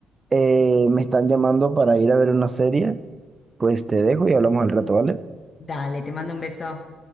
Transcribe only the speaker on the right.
eh, me están llamando para ir a ver una serie, pues te dejo y hablamos al rato, ¿vale?